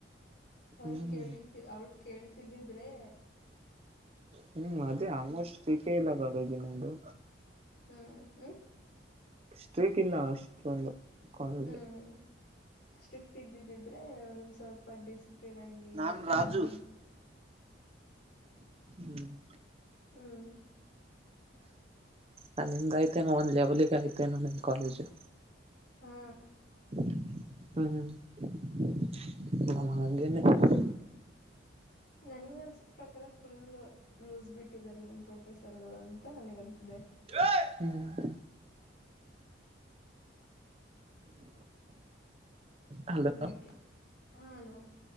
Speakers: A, on the left (about 65°); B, on the right (about 30°).
A: ಅವ್ರ
B: ಹ್ಮ್
A: ಕೇಳಿದ್ ಅವ್ಳ್ ಕೇಳ್ತಿದಿದ್ರೆ.
B: ಹ್ಮ್ ಅದೇ ಆಲ್ಮೋಸ್ಟ್ <inaudible> ಕಜ ನಿಮ್ದು.
A: ಹ್ಮ್ ಹ್ಮ.
B: ಸ್ಟ್ರೀಟ್ ಇಲ್ಲ ಅಷ್ಟೊಂದು. ಕಾಲೇಜು
A: ಹ್ಮ್ ಸ್ಟ್ರಿಕ್ಟ್ ಇದ್ದಿದ್ದಿದ್ರೆ ಒಂದ್ ಸ್ವಲ್ಪ ಡಿಸಿಪ್. ಲಿನ್ನಾಗಿ
B: ನಾನ್
A: ಹಾಂ.
B: ರಾಜು ಹ್ಮ್
A: ಹ್ಮ್.
B: ಹ ನಿಮ್ಗೆಐ್ತನ ಒಂದು ಲೆವೆಲಿಗೆ ಆಯ್ತೆೇನೋ ನಿಮ್ಮ ಕಾಲೇಜು.
A: ಹಾ
B: <unintelligible>
A: ನನಗೆ ಅನಿಸೋ ಪ್ರಕಾರ ಫುಲ್. ಲೂಸ್ ಬಿಟ್ಟಿದ್ದಾರೆ ನಿಮ್ ಪ್ರೊಫೆಸರ್ಗಳು ಅಂತ ನನಗ ಅನಿಸಿದೆ.
B: <inaudible> ಹಲೋ
A: ಅದಕ್ಕೆ ಹಾ ಹಲೋ